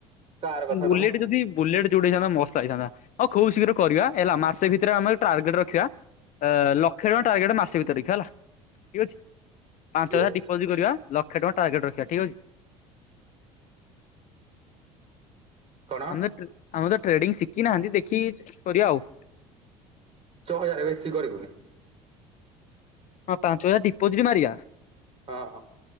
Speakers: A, on the right (about 30°); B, on the left (about 45°).
A: କାର କଥା
B: ଉଁ ବୁଲେଟେ
A: ଟା ମ
B: ଯଦି ବୁଲେଟେ ଯୋଉଠି ହେଇଥାନ୍ତା ମସ୍ତ ଲାଗିଥାନ୍ତା ହଁ ଖୁବ୍ ଶୀଘ୍ର କରିବା ହେଲା ମାସେ ଭିତରେ ଆମର ଟ୍ରାର୍ଗେଟ ରଖିବା ଆ ଲକ୍ଷେ ଟଙ୍କା ଟାର୍ଗେଟ ମାସେ ଭିତେରେ ଦେଖିବା ହେଲା ଠିକ୍ ଅଛି ପାଞ୍ଚ
A: ୟେସ୍
B: ହଜାର ଡି ପୋଜି କରିବା ଲକ୍ଷେ ଟଙ୍କା ଟାର୍ଗେଟ୍ ରଖିବା ଠିକ୍ ଅଛି।
A: କଣ
B: ଆମେ ତ ଆମ ତ ଟ୍ରେଡିଙ୍ଗ ଶିଖିନାହାନ୍ତି ଦେଖିକି କରିବା ଆଉ
A: ଛ ହଜାର ବେଶୀ କରିବୁନି।
B: ହଁ ପାଞ୍ଚ ହଜାର ଡିପୋଜିଟ ମାରିବା।
A: ହଁ ହଁ।